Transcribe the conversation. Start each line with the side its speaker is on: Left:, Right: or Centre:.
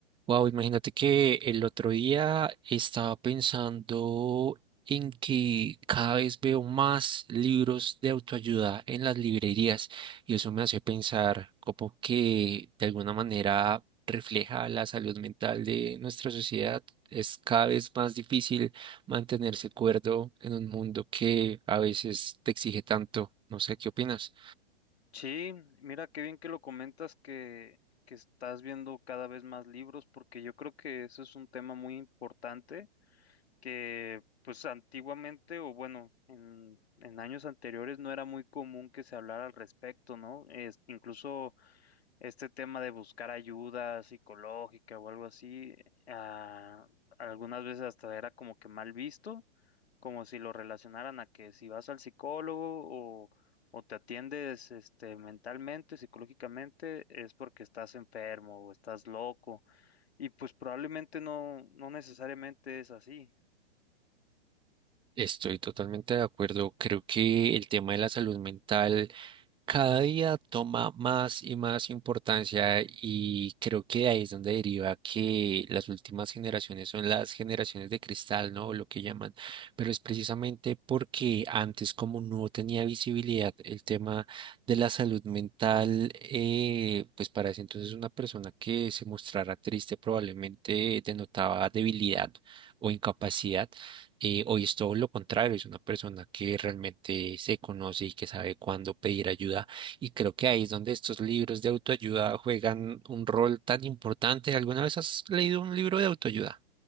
Right: Wow, imagínate que el otro día estaba pensando en que cada vez veo más libros de autoayuda en las librerías y eso me hace pensar como que de alguna manera refleja la salud mental de nuestra sociedad. Es cada vez más difícil mantenerse cuerdo en un mundo que a veces te exige tanto. No sé, ¿qué opinas?
Left: Sí, mira qué bien que lo comentas que, que estás viendo cada vez más libros, porque yo creo que eso es un tema muy importante que pues antiguamente o bueno, en, en años anteriores no era muy común que se hablara al respecto, ¿no? Es, incluso este tema de buscar ayuda psicológica o algo así, ah, algunas veces hasta era como que mal visto, como si lo relacionaran a que si vas al psicólogo o, o te atiendes este, mentalmente, psicológicamente, es porque estás enfermo o estás loco. Y pues probablemente no, no necesariamente es así.
Right: Estoy totalmente de acuerdo. Creo que el tema de la salud mental Cada día toma más y más importancia y creo que de ahí es donde deriva que las últimas generaciones son las generaciones de cristal, ¿no? Lo que llaman, pero es precisamente porque antes como no tenía visibilidad el tema de la salud mental, eh, pues para ese entonces una persona que se mostrara triste probablemente denotaba debilidad o incapacidad. Eh, hoy es todo lo contrario, es una persona que realmente se conoce y que sabe cuándo pedir ayuda. Y creo que ahí es donde estos libros de autoayuda juegan un rol tan importante. ¿Alguna vez has leído un libro de autoayuda?